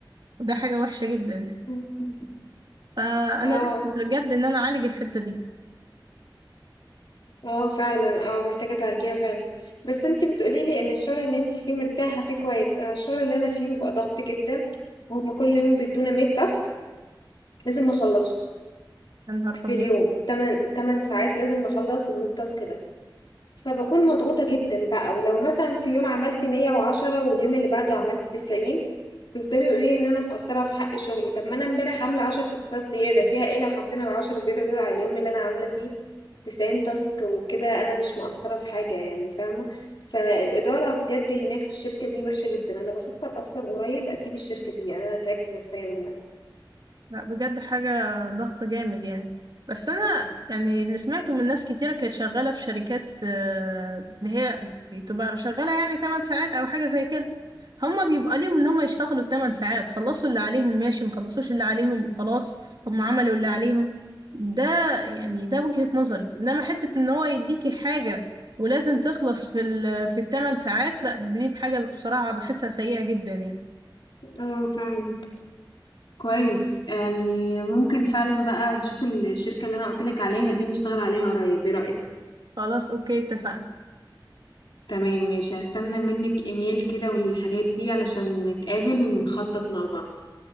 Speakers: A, on the right; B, on the left.
A: وده حاجة وحشة جدا يعني
B: مم.
A: فانا
B: اه
A: نفسي بجد ان انا اعالج الحتة دي
B: اه فعلا اه محتاجة تعالجيها فعلا بس انتي بتقولي لي ان الشغل اللي انتي فيه مرتاحة فيه كويس انا الشغل اللي انا فيه بيبقى ضغط جدا هما كل يوم بيدونا 100 تاسك لازم نخلصه
A: يا نهار
B: في
A: أبيض
B: اليوم 8 8 ساعات لازم نخلص ال 100 تاسك فبكون مضغوطة جدًا بقى، ولو مثلًا في يوم عملت 110 واليوم اللي بعده عملت 90 بيفضلوا يقولوا لي إن أنا مقصّرة في حق شغلي، طب ما أنا امبارح عاملة 10 تاسكات زيادة، فيها إيه لو حطينا ال10 زيادة دول على اليوم اللي أنا عاملة فيه 90 تاسك وكده أنا مش مقصّرة في حاجة يعني فاهمة؟ فالإدارة بجد هناك في الشركة دي وحشة جدًا، أنا بافكر أصلًا قريب أسيب الشركة دي، يعني أنا تعبت نفسيًا منها.
A: لا بجد حاجة ضغط جامد يعني بس أنا يعني اللي سمعته من ناس كتيرة كانت شغالة في شركات آه، اللي هي بتبقى شغالة يعني 8 ساعات أو حاجة زي كده هما بيبقى ليهم إن هما يشتغلوا 8 ساعات خلصوا اللي عليهم ماشي مخلصوش اللي عليهم خلاص هما عملوا اللي عليهم ده يعني ده وجهة نظري إنما حتة إن هو يديكي حاجة ولازم تخلص في ال في الثمان ساعات لا دي بحاجة بصراحة بحسها سيئة جدا يعني
B: آه فعلًا، كويس، يعني ممكن فعلًا بقى نشوف الشركة اللي أنا قُلت لك عليها دي نشتغل عليها قريب، إيه رأيِك؟
A: خلاص أوكي اتفقنا
B: تمام ماشي هستنى منك ايميل كده والحاجات دي علشان نتقابل ونخطط مع بعض